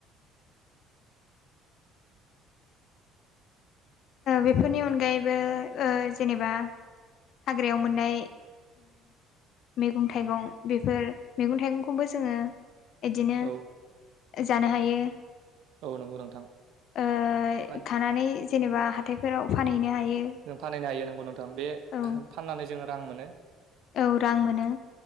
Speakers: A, on the left; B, on the right.
A: बेफोरनि अनगायैबो जेनेबा हाग्रायाव मोननाय मैगं थाइगं बेफोर मैगं थाइगंखौबो जोङो बिदिनो
B: औ
A: जानो हायो
B: औ नंगौ नोंथां
A: ओ
B: मानो
A: खानानै जेनेबा हाथायफोराव फानहैनो हायो
B: जों फानहैनो हायो नंगौ नोंथां बे
A: औ
B: फाननानै जोङो रां मोनो
A: औ रां मोनो